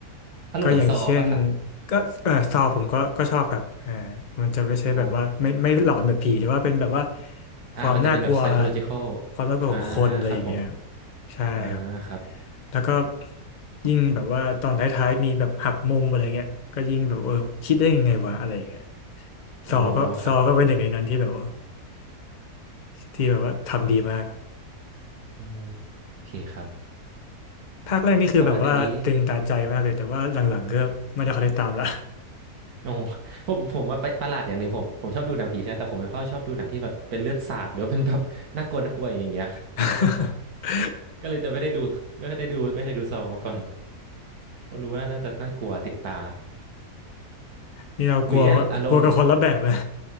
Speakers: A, on the right; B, on the left.
A: อารมณ์เหมือนซอป่ะครับ
B: ก็อย่างเช่นก็เออซอผมก็ก็ชอบครับอ่ามันจะไม่ใช่แบบว่าไม่ไม่หลอนแบบผีแต่ว่าเป็นแบบว่า
A: อ๋ออ่ามันจะเป็นแบบ
B: ความน่ากลัว
A: psychological
B: ความน่ากลัวของคนอะไรอย่างเงี้ย
A: อ่าครับผม
B: ใช่ครับ
A: อ่าครับ
B: แล้วก็ยิ่งแบบว่าตอนท้ายๆมีแบบหักมุมอะไรเงี้ยก็ยิ่งแบบเออคิดได้ยังไงวะอะไรอย่างเงี้ย
A: อ๋อครับ
B: ซอก็ซอก็เป็นหนึ่งในนั้นที่แบบว่าที่แบบว่าทำดีมาก
A: อ๋อโอเคครับ
B: ภาคแรกนี่คือแบบว่าตึงตาใจมากเลยแต่ว่าหลังๆก็ไม่ได้ค่อยได้ตามละ
A: แต่ว่าเดี๋ยวนี้ โอ้ผมผมว่าไปประหลาดอย่างหนึ่งผมผมชอบดูหนังผีใช่ไหมแต่ผมไม่ค่อยชอบดูหนังที่แบบเป็นเลือดสาดหรือว่าเป็นแบบน่ากลัวน่ากลัวอย่างเงี้ย
B: <laughs>
A: ก็เลยจะไม่ได้ดูไม่ได้ดูไม่เคยดูซอมาก่อนเพราะรู้ว่าน่าจะน่ากลัวติดตา
B: นี่เรากลัวกลัวกับคนละแบบนะ
A: หรืออย่างอารมณ์